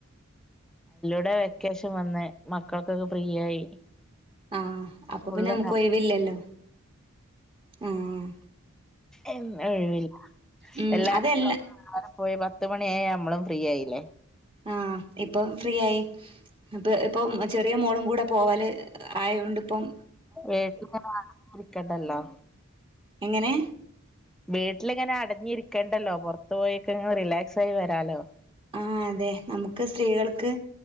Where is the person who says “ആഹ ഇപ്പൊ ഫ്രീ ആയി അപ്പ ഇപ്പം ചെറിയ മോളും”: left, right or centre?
Right